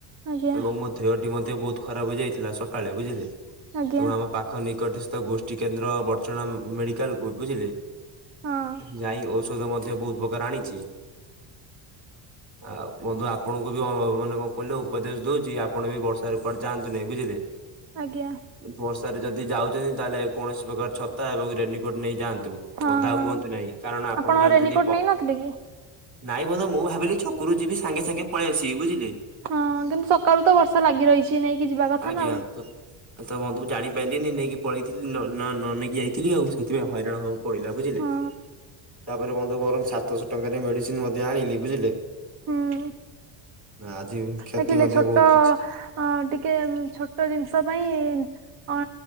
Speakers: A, on the right; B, on the right.
A: ଆଜ୍ଞା
B: ଏବଂ ମୋ ଦେହଟି ମଧ୍ୟ ବହୁତ ଖରାପ ହେଇଯାଇଚି। ସକାଳେ ବୁଝିଲେ।
A: ଆଜ୍ଞା
B: ତ ଆମ ପାଖ ନିକଟ ଗୋଷ୍ଟିକେନ୍ଦ୍ର ବଦ୍ରଚଣା ମେଡିକାଲ ବୁଝିଲେ
A: ହଁ
B: ଯାଇ ଔଷଧ ମଧ୍ୟ ବହୁତ ପ୍ରକାର ଆଣିଚି। ଆଉ ବନ୍ଧୁ ଆପଣଙ୍କୁ ବି ମାନେ କଣ କହିଲେ ଉପଦେଶ ଦଉଛି ଆପଣ ବି ବର୍ଷାରେ କୁଆଡେ ଯାଆନ୍ତୁନି ବୁଝିଲେ।
A: ଆଜ୍ଞା
B: ବର୍ଷାରେ ଯଦି ଯାଉଛନ୍ତି ତାହେଲେ କୌଣସି ପ୍ରକାର ଛତା ଏବଂରେନି କୋଟ ନେଇ ଯାଆନ୍ତୁ
A: ହଁ
B: ଓଦା
A: ହଁ
B: ହୁଅନ୍ତୁ ନାହିଁ। କାରଣ
A: ଆପଣ
B: ଜାଣିଛନ୍ତି
A: ରେନିକୋଟ୍
B: ପ
A: ନେଇନଥିଲେ କି?
B: ନାଇଁ ବନ୍ଧୁ ମୁଁ ଭାବିଲି ଛକରୁ ଯିବି ସାଙ୍ଗେ ସାଙ୍ଗେ ପଳେଇଆସିବି ବୁଝିଲେ।
A: ହଁ କିନ୍ତୁ ସକାଳୁ ତ ବର୍ଷା ଲାଗି ରହିଛି ନେଇକି ଯିବା କଥା
B: ଆଜ୍ଞା।
A: ନା ଆଉ।
B: ମୁଁ ତ ବନ୍ଧୁ ଜାଣି ନେଲିନି ନେଇକି ପଳେଇଥିଲି ନ ନେଇକି ଯାଇଥିଲି ଆଉ। ସେଥିପାଇଁ ହଇରାଣ ହବାକୁ ପଡିଲା ବୁଝିଲେ।
A: ହଁ
B: ତାପରେ ବନ୍ଧୁ ମୋର ସାତଶହ ଟଙ୍କାରେ ମେଡିସିନ ମଧ୍ୟ ଆଣିଲି ବୁଝିଲେ।
A: ହୁଁ।
B: ଆଜି କ୍ଷତି
A: ଦେଖିଲେ
B: ମଧ୍ୟ
A: ଛୋଟ
B: ବହୁତ କିଛି
A: ଅ ଟିକେ ଛୋଟ ଜିନିଷ ପାଇଁ ଅ